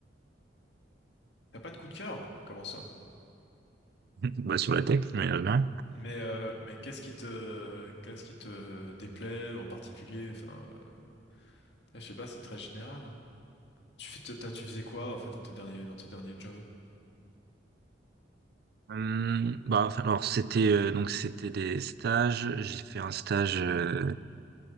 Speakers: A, on the left; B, on the right.
A: T'as pas de coup de cœur? Comment ça?
B: <laughs> Bah, sur la tech, mais euh, non.
A: Mais euh, mais qu'est-ce qui te qu'est-ce qui te déplaît en particulier? Enfin, euh, je sais pas, c'est très général, hein. Tu fais, t'as- tu faisais quoi en fait dans tes derniers dans tes derniers jobs?
B: Hum, bah, enfin, alors c'était euh, donc c'était des stages. J'ai fait un stage euh,